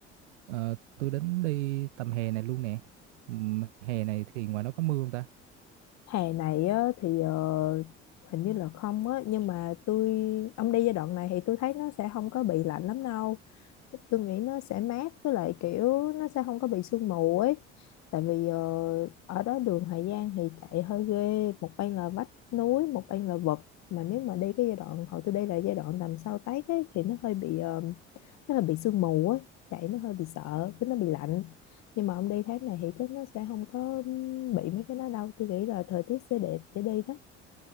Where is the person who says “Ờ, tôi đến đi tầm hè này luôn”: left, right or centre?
Right